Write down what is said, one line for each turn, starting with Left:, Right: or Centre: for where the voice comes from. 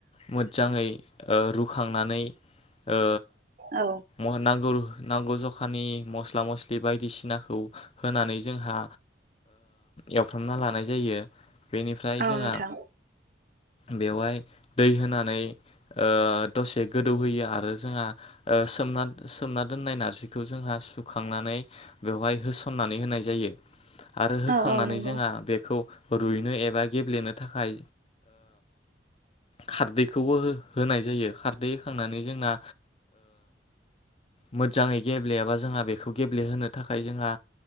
Left: मोजाङै ओ रुखांनानै ओ
Right: औ
Left: <unintelligible> नांगौ नांगौ जखानि मस्ला मस्लि बायदिसिनाखौ होनानै जोंहा एवफ्रामना लानाय जायो। बेनिफ्राय
Right: औ
Left: जोंहा
Right: नोंथां
Left: बेवहाय दै होनानै ओ दसे गोदौहोयो आरो जोंहा सोमना सोमना दोननाय नारजिखौ जोंहा सुखांनानै बेवहाय होसननानै होनाय जायो। आरो होखांनानै
Right: औ औ नंगौ
Left: जोंहा बेखौ रुइनो एबा गेब्लेनो थाखाय खारदैखौबो हो होनाय जायो खारदै होखांनानै जोंना मोजाङै गेब्लेयाबा जोंहा बेखौ गेब्लेहोनो थाखाय जोंहा